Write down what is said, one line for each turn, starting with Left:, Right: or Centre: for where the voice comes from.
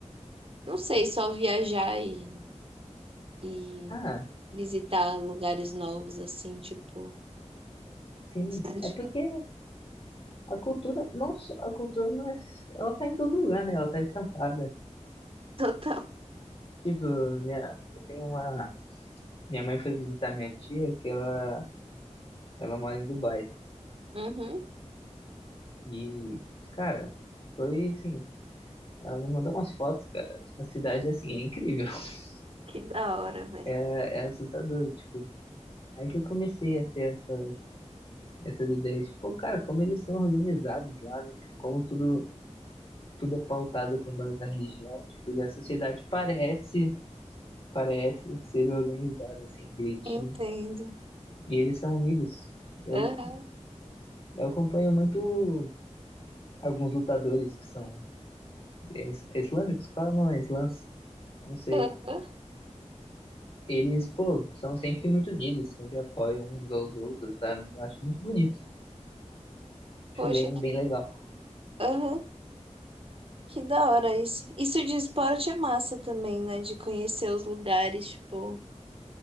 Right: não sei, só viajar e, e
Left: Ah,
Right: visitar lugares novos, assim, tipo.
Left: Sim,
Right: <laughs> Acho-
Left: é porque a cultura, não só, a cultura não é, ela tá em todo lugar, né? Ela tá estampada.
Right: Total.
Left: Tipo, minha, eu tenho uma, minha mãe foi visitar minha tia, que ela, ela mora em Dubai.
Right: Uhum.
Left: E, cara, foi assim, ela me mandou umas fotos, cara. A cidade, assim, é incrível. <laughs>
Right: Que da hora, velho.
Left: É, é assustador, tipo. é Aí que eu comecei a ter essa, essas ideias, tipo, pô, cara, como eles são organizados lá, né? Tipo, como tudo, tudo é pautado com base na religião, tipo, e a sociedade parece parece ser organizado assim direitinho.
Right: Entendo.
Left: E eles são unidos. Eu,
Right: Aham,
Left: eu acompanho muito alguns lutadores que são é is- é islâmicos, fala não, é islãs, não sei.
Right: aham.
Left: Eles, pô, são sempre muito unidos, sempre apoiam uns aos outros, sabe? Eu acho muito bonito.
Right: Poxa,
Left: Acho bem, bem legal.
Right: Aham, que da hora isso. Isso de esporte é massa também, né? De conhecer os lugares, tipo,